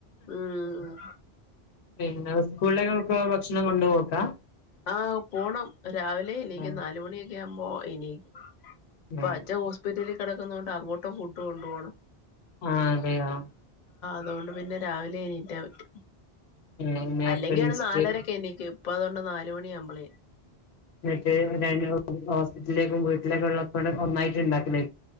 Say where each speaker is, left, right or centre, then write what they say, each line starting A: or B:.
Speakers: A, on the left; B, on the left.
A: ഉം
B: പിന്നെ ഉസ്സ്കൂളിലേക്ക് <unintelligible> ഭക്ഷണം കൊണ്ടോവും. ബ
A: ആ പോണം രാവിലെ എനിക്ക്
B: ആഹ്
A: നാലുമണിയൊക്കെ ആവുമ്പോ എണീ പച്ച
B: ആഹ്
A: ഹോസ്പിറ്റല് കിടക്കുന്നോണ്ട് അങ്ങോട്ട് ഫുഡ് കൊണ്ട് പോകണം
B: ആഹ് അതെയോ
A: അതുകൊണ്ട് പിന്നെ രാവിലെ എണീറ്റാ പറ്റും
B: ഏഹ് നേരത്തെ
A: അല്ലെങ്കി
B: എണീച്ചിട്ട്
A: ഒരു നാലരക്കെ എനിക്ക് അപ്പ അതുകൊണ്ട് നാല് മണി ആവുമ്പളേ
B: മറ്റേ ര ഹോസ്പിറ്റലിൽ അപ്പ വീട്ടിലേക്കുള്ള തൂടെ ഒന്നായിട്ട്ണ്ടാക്കണേ